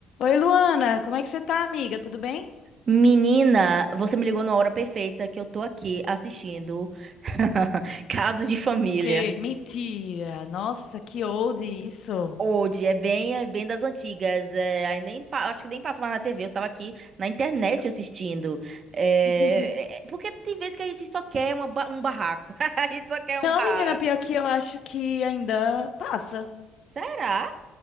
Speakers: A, on the left; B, on the right.
A: Oi, Luana, como é que você tá, amiga? Tudo bem?
B: Menina, você me ligou na hora perfeita que eu tô aqui assistindo <laughs> Casos de Família.
A: Que mentira! Nossa, que old isso.
B: Hoje é bem, é bem das antigas. É, aí nem, pa- acho que nem passo mais na TV. Eu tava aqui na internet assistindo. É,
A: <laughs>
B: é, porque tem vezes que a gente só quer uma ba- um barraco. <laughs> A gente só quer um
A: Não,
B: barraco.
A: menina, pior que eu acho que ainda passa.
B: Será?